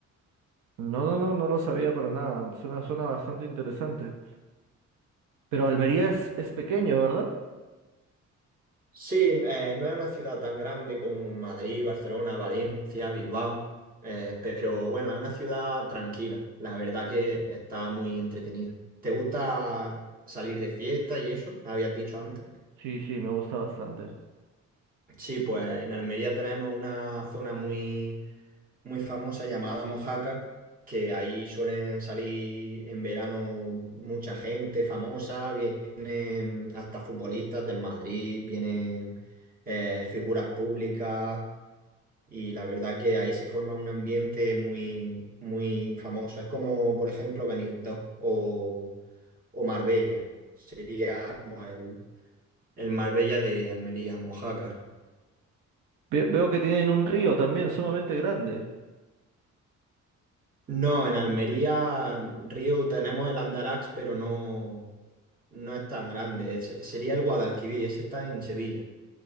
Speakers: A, on the right; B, on the right.
A: No, no, no, no lo sabía para nada, suena, suena bastante interesante. Pero Almería es, es pequeño, ¿verdad?
B: Sí, eh, no es una ciudad tan grande como Madrid, Barcelona, Valencia, Bilbao, eh, pero bueno, es una ciudad tranquila. La verdad que está muy entretenida. ¿Te gusta salir de fiesta y eso? Habías dicho antes.
A: Sí, sí, me gusta bastante.
B: Sí, pues en Almería tenemos una zona muy, muy famosa llamada Mojácar, que ahí suelen salir en verano mucha gente famosa, vienen hasta futbolistas del Madrid, vienen eh, figuras públicas, Y la verdad que ahí se forma un ambiente muy, muy famoso. Es como, por ejemplo, Benidorm o, o Marbella. Sería como el, el Marbella de Almería, Mojácar.
A: Ve- veo que tienen un río también sumamente grande.
B: No, en Almería, Río, tenemos el Andarax, pero no, no es tan grande. Es- sería el Guadalquivir, ese está en Sevilla.